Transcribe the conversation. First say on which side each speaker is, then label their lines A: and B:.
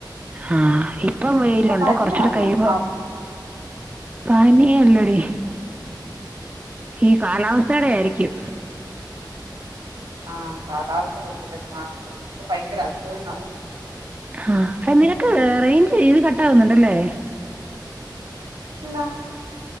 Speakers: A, on the right (about 20°); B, on the right (about 80°).
A: ആഹ് ഇപ്പം വെയിലുണ്ട്
B: ഇപ്പൊ പനിയാന്നോ
A: കൊറച്ചൂടി കഴിയുമ്പോ
B: ആഹ്
A: പനിയല്ലടീ ഈ കാലാവസ്ഥടെ ആയിരിക്കും
B: ആ കാലാവസ്ഥ ഭയങ്കരായിട്ട് മാറുന്നുണ്ട് ഇപ്പൊ ഭയങ്കര അസുഖങ്ങളാ
A: ആ എ നിനക്ക് റേയ്ഞ്ച് ഇത് കട്ടാവുന്നുണ്ടല്ലേ
B: എന്താ